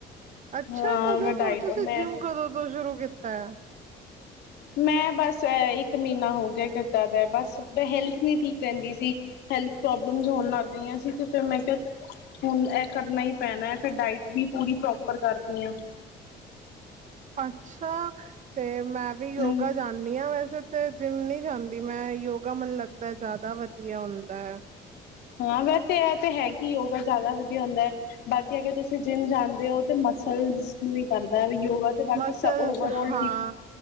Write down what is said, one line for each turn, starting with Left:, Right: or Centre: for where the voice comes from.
Right: ਅੱਛਾ
Left: ਹਾਂ
Right: ਕਦੋਂ
Left: ਮੈਂ ਡਾਇਟ
Right: ਤੋਂ ਤੁਸੀਂ
Left: ਮੈਂ
Right: ਜਿੰਮ ਕਦੋਂ ਤੋਂ ਸ਼ੁਰੂ ਕੀਤਾ ਆ।
Left: ਮੈਂ ਬਸ ਇੱਕ ਮਹੀਨਾ ਹੋ ਗਿਆ ਕਰਦਾ ਦਾ ਬਸ ਹੈਲਥ ਨ ਠੀਕ ਰਹਿੰਦੀ ਸੀ। ਹੈਲਥ ਪ੍ਰੋਬਲਮਸ ਹੋਣ ਲੱਗ ਗਈਆਂ ਸੀ, ਤੇ ਫਿਰ ਮੈਂ ਕਿਹਾ ਹੁਣ ਐ ਕਰਨਾ ਹੀ ਪੈਣੈ ਫਿਰ ਡਾਇਟ ਵੀ ਪੂਰੀ ਪ੍ਰੋਪਰ ਕਰ ਰੀ ਆ।
Right: ਅੱਛਾ ਤੇ ਮੈਂ ਵੀ ਯੋਗਾ
Left: ਹਮ
Right: ਜਾਣਾ। ਦੀ ਹ ਵੈਸੇ ਤਾਂ ਜਿੰਮ ਨੀ ਜਾਂਦੀ ਮੈਂ ਯੋਗਾ ਮੈਨੂੰ ਲੱਗਦਾ ਜ਼ਿਆਦਾ ਵਧੀਆ ਹੁੰਦਾ ਹੈ।
Left: ਹਾਂ ਵੈਸੇ ਇਹ ਤੇ ਹੈ ਕੀ ਯੋਗਾ ਜ਼ਿਆਦਾ ਵਧੀਆ ਹੁੰਦਾ ਹੈ ਬਾਕੀ ਅਗਰ ਤੁਸੀਂ ਜਿੰਮ ਜਾਂਦੇ ਹੋ ਤਾਂ ਮਸਲਸ ਨੂੰ ਹੀ ਕਰਦਾ ਯੋਗਾ ਤੇ ਬਾਕੀ
Right: ਮਸਲਸ
Left: ਓਵਰ
Right: ਚ
Left: ਆਲ
Right: ਹਾਂ
Left: ਠੀਕ